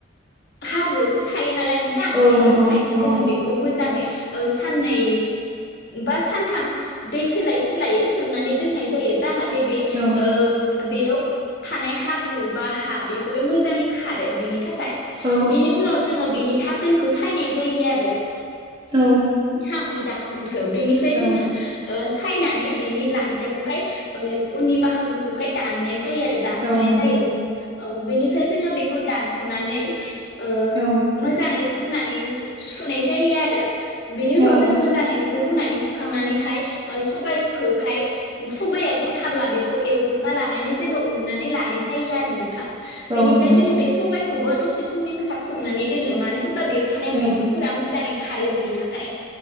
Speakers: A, on the left; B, on the right.
A: हाब्रुआवसो थायो नालाय नोंथां
B: औ
A: बेनि
B: नंगौ
A: थाखायनो
B: औ
A: जोङो बेखौ मोजाङै ओ साननै बा सानथाम दै सोलाय सोलायै सोमनानै दोननाय जायो जाहाथ दे बे
B: औ
A: ओ बेयाव थानाय हाब्रु बा हा बेफोरो मोजाङै खारो बेनि थाखाय बिनि
B: औ
A: उनाव जोङो बिनि थाकोनखौ सायनाय जायो आरो
B: औ
A: सामुनि दाखोन खौ बेनिफ्राय
B: औ
A: जोङो ओ खायनानै बेनि लानजायखौहाय ओ उननि बाहागोखौहाय दाननाय जायो आरो दानसनाय
B: औ नंगौ
A: जायो औ बेनिफ्राय जोङो बेखौ दानसनानै <unintelligible> ओ
B: औ
A: मोजाङै हुनानै सुनाय जायो आरो। बिनि उनाव
B: औ
A: जों मोजाङै बे खौ होनानै सुखांनानैहाय ओ सबाइखौहाय सबाइआ गथाब्ला बेखौ एवदब ना लानानै जोङो उननानै ला नाय जायो आरो नोंथां।
B: औ
A: बेनिफ्राय
B: औ नंगौ
A: जोङो बे सबाय खौबो दसे समनि थाखाय सोमनानै दोनो मानो होन होमबा बेयाव थानाय
B: औ
A: बिगुरफोरा मोजाङै खारो बिनि थाखाय।